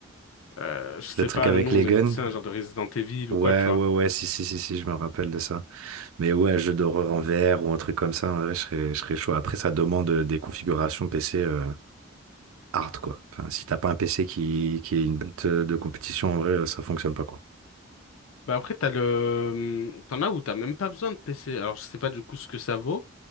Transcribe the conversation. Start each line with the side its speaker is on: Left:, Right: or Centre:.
Left: euh, je sais
Right: Le truc
Left: pas
Right: avec
Left: le nom,
Right: les
Left: mais
Right: guns?
Left: tu sais, un genre de Resident Evil
Right: Ouais,
Left: ou quoi, tu vois.
Right: ouais, ouais, si, si, si, si, je me rappelle de ça. Mais ouais, un jeu d'horreur en VR ou un truc comme ça, en vrai, je serais, je serais chaud. Après, ça demande euh, des configurations PC euh, hard, quoi. Enfin, si t'as pas un PC qui, qui est une bête de compétition, en vrai, euh, ça fonctionne pas, quoi.
Left: Bah après, t'as le, hmm, t'en as où t'as même pas besoin de PC. Alors, je sais pas du coup ce que ça vaut.